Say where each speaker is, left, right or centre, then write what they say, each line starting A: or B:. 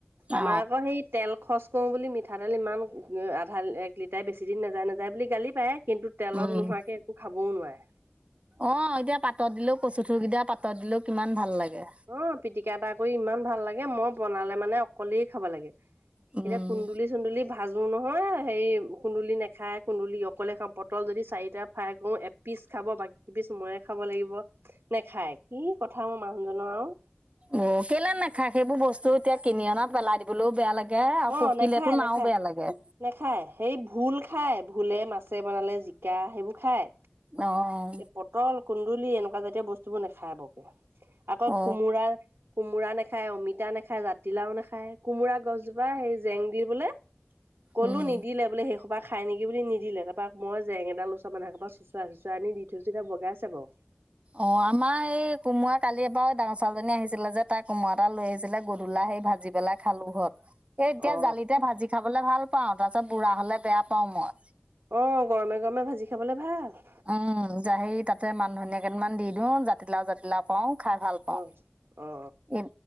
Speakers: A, on the right; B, on the right.
A: আমাৰ
B: অ
A: আকৌ সেই তেল খৰচ কৰোঁ বুলি মিঠাতেল ইমান আধা এক লিটাৰে বেছি দিন নাযায় নাযায় বুলি গালি পাৰে। কিন্তু তেলত
B: উম
A: নোহোৱাকে একো খাবও নোৱাৰে।
B: অ', এতিয়া পাতত দিলেও কচুথোৰ কেইটাৰ পাতত দিলেও কিমান ভাল লাগে।
A: অ', পিটিকা এটা কৰি ইমান ভাল লাগে মই বনালে মানে অকলেই খাব লাগে।
B: উম।
A: এতিয়া কুন্দুলি চুন্দুলি ভাজো নহয় হেৰি কুন্দুলি নেখাই কুন্দুলি অকলে খাওঁ পট পটল যদি চাৰিটা ফ্ৰাই কৰো এপিচ খাব বাকী পিচ ময়ে খাব লাগিব। নেখায় কি কথা মোৰ মানুহজনৰ আৰু।
B: উম, কেলে নাখায় সেইবোৰ বস্তু এতিয়া কিনি অনাাত পেলাই দি বোলেও বেয়া লাগে আৰু
A: অ'
B: পকিলটো
A: নেখায় নেখায়।
B: আৰু বেয়া লাগে।
A: নেখায় সেই ভুল খায় ভোলে মাছে বনালে জিকা সেইবোৰ খায়।
B: অ'।
A: এই পটল কুন্দুলি এনেকুৱা জাতীয় বস্তুবোৰ নাখায় বকে আকৌ
B: অ
A: কোমোৰা কোমোৰা নাখায় অমিতা নাখায় জাতিলাও নাখায় কোমোৰা গছজোপা সেই জেং দি বোলে ক'লো
B: উম।
A: নিদিলে বোলে কোবাক খাই নেকি বুলি নিদে কোাৰ মই জেং এডাল লোকৰ মানুহ কবাৰ চোচৰাই চোচৰাই আনি দি থৈছোতিয়াগাইছে বাৰু।
B: অ', আমাৰ এই কোমোৰা কালি এবাৰ ডাঙৰ ছাাললজনী আহিছিলে যে তাই কোমোৰা এটা লৈ আহিছিলে গধূলা হেই ভাজি বেললে খালো হত এ এতিয়া
A: অ
B: জালিতে ভাজি খাবলে ভাল পাওঁ তাৰ পাছ বুঢ়া হলে বেয়া পাওঁ মই।
A: অ', গৰমে গৰমে ভাজি খাবলে ভাল।
B: উম, সেই তাতে মান ধনিয়া কেইদমান দি দিও জাতিলাও জাতিলাও পাওঁ খাই ভাল পাওঁ
A: অ অ
B: এ।